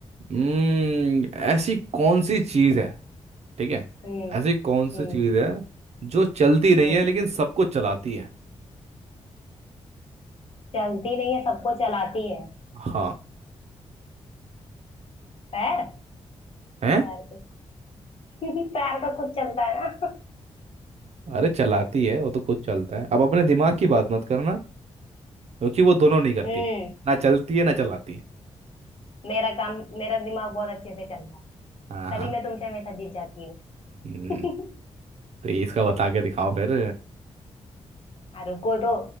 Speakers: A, on the right; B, on the left.
A: हम्म ऐसी कौन सी चीज है ठीक है
B: हम्म
A: ऐसी कौन सी
B: हम्म
A: चीज है जो चलती नहीं
B: हम्म
A: है लेकिन सबको चलाती है
B: चलती नहीं है सबको चलाती है
A: हाँ
B: पैर
A: है
B: पैर को <laughs> पैर तो खुद चलता है ना
A: अरे चलाती है वो तो खुद चलता है अब अपने दिमाग की बात मत करना क्योंकि वो दोनों नहीं करती
B: हम्म
A: ना चलती है ना चलाती है
B: मेरा काम मेरा दिमाग बहुत अच्छे से चलता है
A: हाँ हाँ
B: तभी मैं तुमसे हमेशा जीत जाती
A: हम्म
B: हूँ <laughs>
A: तो इसका बता के दिखाओ फिर
B: हाँ, रुको तो